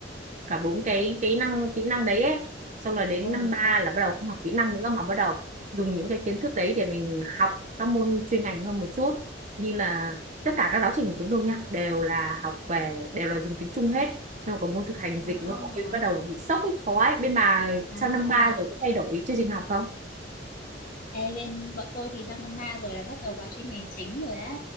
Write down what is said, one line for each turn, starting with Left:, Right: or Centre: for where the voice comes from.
Right: cả bốn cái cái năng kỹ năng đấy ấy. Xong là đến
Left: Ồ.
Right: năm 3 là bắt đầu không học kỹ năng nữa mà bắt đầu dùng những cái kiến thức đấy để mình học các môn chuyên ngành hơn một chút như là tất cả các giáo trình của chúng tôi nha đều là học về đều là dùng tiếng Trung hết xong có môn thực hành
Left: à,
Right: dịch nữa ôi bắt đầu bị sốc ấy khó ấy bên bà
Left: À,
Right: sang năm ba rồi có thay đổi chương trình học không
Left: Ê, bên bọn tôi thì sang năm ba rồi là bắt đầu vào chuyên ngành chính rồi á